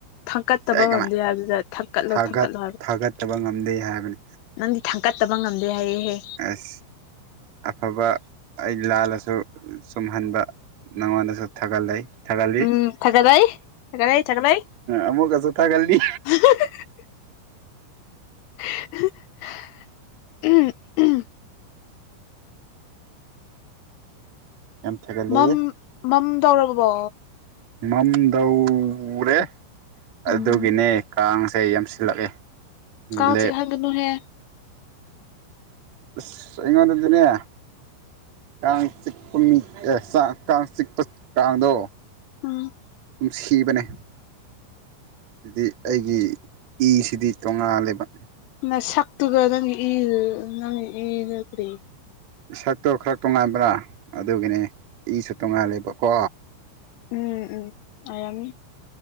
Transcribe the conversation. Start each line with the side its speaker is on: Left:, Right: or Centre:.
Left: ꯊꯥꯡꯀꯠꯇꯕ
Right: ꯀꯃꯥꯏ
Left: ꯉꯝꯗꯦ ꯍꯥꯏꯕꯗꯨꯗ ꯊꯥꯡꯀꯠꯂꯣ
Right: ꯊꯥꯒꯠ
Left: ꯊꯥꯡꯀꯠꯂꯣ ꯍꯥꯏꯕ
Right: ꯊꯥꯒꯠꯇꯕ ꯉꯝꯗꯦ ꯍꯥꯏꯕꯅꯤ
Left: ꯅꯪꯗꯤ ꯊꯥꯡꯀꯠꯇꯕ ꯉꯝꯗꯦ ꯍꯥꯏꯔꯛꯑꯦꯍꯦ
Right: ꯑꯁ ꯑꯐꯕ ꯑꯩ ꯂꯥꯜꯂꯁꯨ ꯆꯨꯝꯍꯟꯕ ꯅꯪꯉꯣꯟꯗꯁꯨ ꯊꯥꯒꯠꯂꯩ ꯊꯥꯒꯂꯤ
Left: ꯎꯝ ꯊꯥꯒꯠꯂꯛꯏ ꯊꯥꯒꯠꯂꯛꯏ ꯊꯥꯒꯠꯂꯛꯏ
Right: ꯑꯃꯨꯛꯀꯁꯨ ꯊꯥꯒꯂꯤ
Left: <unintelligible> <unintelligible>
Right: ꯌꯥꯝ ꯊꯥꯒꯠꯂꯤ
Left: ꯃꯝ ꯃꯝꯗꯧꯔꯕꯣ
Right: ꯃꯝꯗꯧꯔꯦ
Left: ꯎꯝ
Right: ꯑꯗꯨꯒꯤꯅꯦ ꯀꯥꯡꯁꯦ ꯌꯥꯝꯁꯤꯜꯂꯛꯑꯦ
Left: ꯀꯥꯡ
Right: ꯂꯦꯞ
Left: ꯆꯤꯛꯍꯟꯒꯅꯨꯍꯦ
Right: ꯑꯁ ꯑꯩꯉꯣꯟꯗꯗꯤꯅꯦ ꯀꯥꯡ ꯆꯤꯛꯄ ꯃꯤ ꯑꯦ ꯆꯥꯡ ꯀꯥꯡ ꯆꯤꯛꯄ ꯀꯥꯡꯗꯣ
Left: ꯎꯝ
Right: ꯗꯨꯝ ꯁꯤꯕꯅꯦ ꯑꯗꯨꯗꯤ ꯑꯩꯒꯤ ꯏꯁꯤꯗꯤ ꯇꯣꯉꯥꯜꯂꯦꯕ
Left: ꯅꯥꯁꯛꯇꯨꯒ ꯅꯪꯒꯤ ꯏꯗꯨ ꯅꯪꯒꯤ ꯏꯗꯨ ꯀ꯭ꯔꯤ
Right: ꯏꯁꯛꯇꯣ ꯈꯔ ꯇꯣꯉꯥꯟꯕ꯭ꯔꯥ ꯑꯗꯨꯒꯤꯅꯦ ꯏꯁꯨ ꯇꯣꯡꯉꯥꯜꯂꯦꯕꯀꯣ
Left: ꯎꯝ ꯎꯝ ꯑꯣꯏꯃꯝꯅꯤ